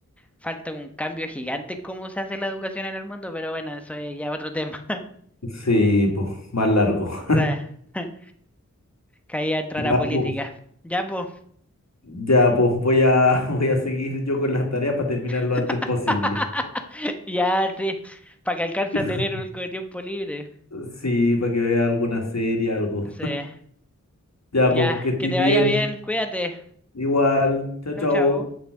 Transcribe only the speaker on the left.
Sí, pues, más largo.
<laughs>
Ya,
pues.
Ya, pues voy a, <laughs> voy a seguir yo con las tareas para terminar lo
antes posible.
<laughs>
Sí, para que vea alguna serie, algo.
Ya,
pues, que estés
bien.
Igual. Chao,
chao.